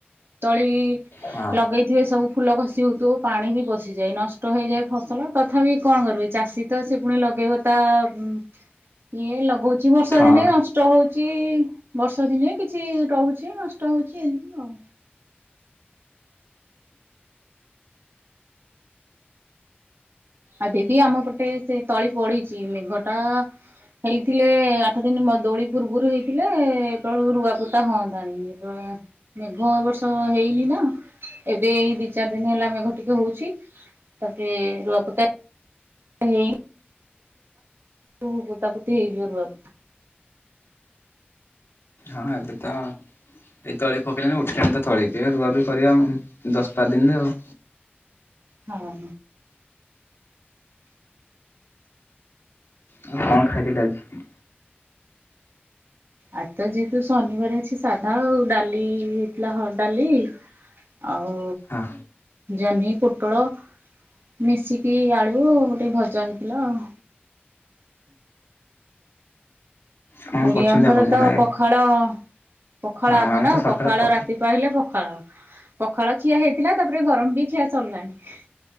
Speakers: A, on the right; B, on the left.
A: ତଳି
B: ହଁ।
A: ଲଗେଇଥିବେ ସବୁ ଫୁଲ ଘଷି ହଉଥିବ ପାଣି ବି ପଶିଯାଏ ନଷ୍ଟ ହେଇଯାଏ ଫସଲ। ତଥାପି କଣ କରିବେ ଚାଷୀ ତ ସେ ପୁଣି ଲଗେଇବ ତା ଇଏ ଲଗଉ କିଛି ବର୍ଷା
B: ହଁ
A: ଦିନେ ନସ୍‌ ଷ୍ଟ ହଉଚି ବର୍ଷା ଦିନେ କିଛି ରହୁଚି ନଷ୍ଟ ହଉଚି ଏମିତି ଆଉ। ଆବେବି ଆମ ପଟେ ସେ ତଳି ପଡିଚି ମେଘ ଟା ହେଇଥିଲେ ଆଠ ଦିନ ମ ଦୋଳି ପୂର୍ବରୁ ହେଇଥିଲେ ଏତଳକୁ ରୁଆପୋତା ହଅନ୍ତାଣି ଇଏ ତ ମେଘ ଏ ବର୍ଷ ହେଇନି ନା ଏବେ ଏଇ ଦଚାରି ଦିନ ହେଲା ମେଘ ଟିକେ ହୋଉଚି। ତାପରେ ରୁଆପୋତା ହେଇ ଓ ପୋତାପୋତି ହେଇଯିବ ରୁଆ
B: ହଁ ଏବେ ତ ଏଇ ତଳି ପକେଇଲାଣି ଉଠେଇ ଆଣିତ ତଳିିକି ଏ ରୁଆ ବି କରିବା ଆମ୍ ଦଶଟା ଦିନରେ ଆଉ
A: ହଁ।
B: ଆଉ କଣ ଖାଇଥିଲେ ଆଜି?
A: ଆଜି ତ ଯେହେତୁ ଶନିବାର ଅଛି ସାଧା ଆଉ ଡାଲି ହେଇଥିଲା ହଡ ଡାଲି ଆଉ
B: ହଁ
A: ଜହ୍ନି ପୋଟଳ ମିଶିକି ଆଳୁ ଗୋଟେ ଭଜା ହେଇଥିଲା ଆଉ।
B: କଣ
A: ଓଡିଆଙ୍କର
B: କରୁଛନ୍ତି ଆପଣ ମାନେ
A: ତ ପଖାଳ ପଖାଳ
B: ହଁ
A: ଆଗ
B: ଆମେ
A: ନା
B: ତ ସକାଳେ
A: ପଖାଳ
B: ପଖା
A: ରାତି ପାହିଲେ ପଖାଳ ପଖାଳ ଖିଆ ହେଇଥିଲା ତାପରେ ଗରମ ବି ଖିଆ ସରିଲାଣି।